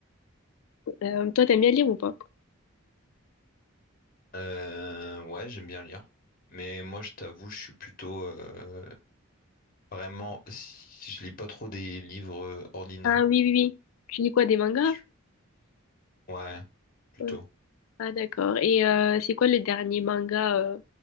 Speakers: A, on the left (about 75°); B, on the left (about 40°).
A: Euh, toi, t'aimes bien lire ou pas?
B: Euh, ouais, j'aime bien lire. Mais moi, je t'avoue, je suis plutôt euh, vraiment. Si je lis pas trop des livres euh, ordinaires.
A: Ah oui, oui, oui. Tu lis quoi, des mangas?
B: Je- Ouais, plutôt.
A: Euh, Ah d'accord. Et euh, c'est quoi le dernier manga euh,